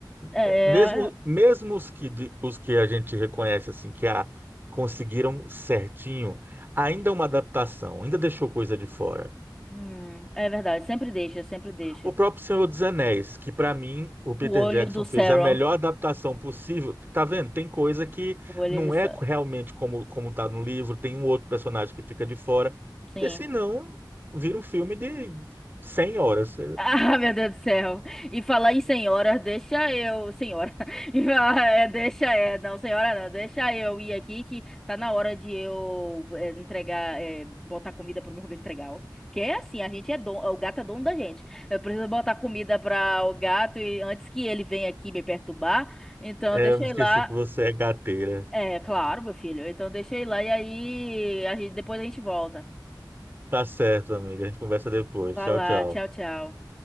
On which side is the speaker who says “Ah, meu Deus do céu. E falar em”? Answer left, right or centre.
Centre